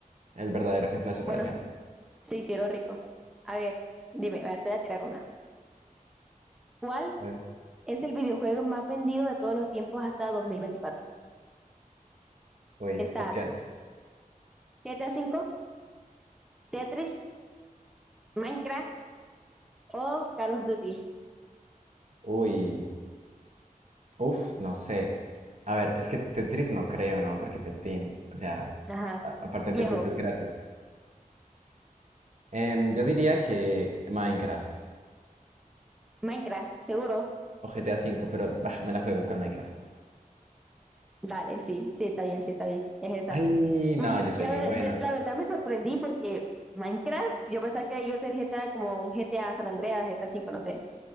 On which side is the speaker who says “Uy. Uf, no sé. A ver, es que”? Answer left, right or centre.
Right